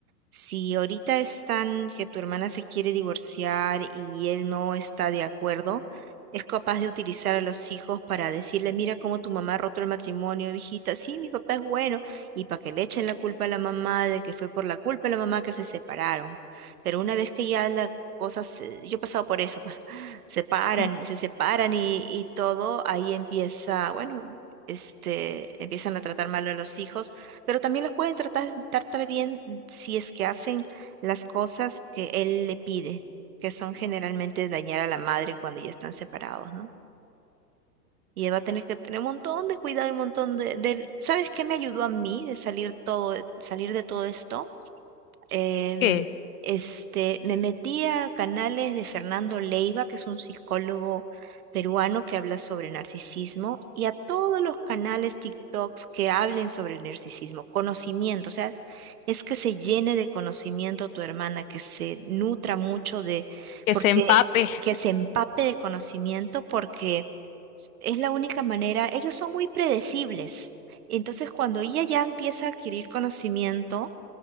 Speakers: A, on the right; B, on the left.
A: Si ahorita están que tu hermana se quiere divorciar y él no está de acuerdo, es capaz de utilizar a los hijos para decirle, mira cómo tu mamá ha roto el matrimonio, hijita, sí, mi papá es bueno, y para que le echen la culpa a la mamá de que fue por la culpa de la mamá que se separaron. Pero una vez que ya la cosas, eh, yo he pasado por eso, pues, <laughs> se paran,
B: <laughs>
A: se separan y, y todo, ahí empieza, bueno, este, empiezan a tratar mal a los hijos, pero también los pueden tratar, tratar bien mm, si es que hacen las cosas que él le pide, que son generalmente dañar a la madre cuando ya están separados, ¿no? Y él va a tener que tener un montón de cuidado y un montón de, de... ¿Sabes qué me ayudó a mí de salir todo, salir de todo esto? Em,
B: que,
A: este, me metí a canales de Fernando Leiva, que es un psicólogo peruano que habla sobre narcisismo, y a todos los canales TikToks que hablen sobre el narcisismo, conocimiento, o sea, es que se llene de conocimiento tu hermana, que se nutra mucho de,
B: que
A: porque,
B: se empape.
A: que se empape de conocimiento, porque es la única manera, ellos son muy predecibles. Entonces, cuando ella ya empieza a adquirir conocimiento,